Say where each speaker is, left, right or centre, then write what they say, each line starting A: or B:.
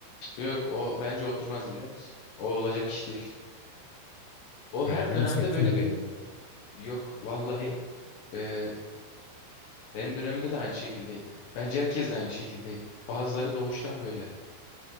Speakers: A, on the left (about 70°); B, on the left (about 90°).
A: yok o bence oturmaz biliyor musun? O olacak iş değil. O
B: Öyle
A: her dönemde
B: dans ettiler
A: böyle bir
B: ya.
A: yok vallahi e, benim dönemimde de aynı şekildeydi. Bence herkes de aynı şekildeydi. Bazıları doğuştan böyle.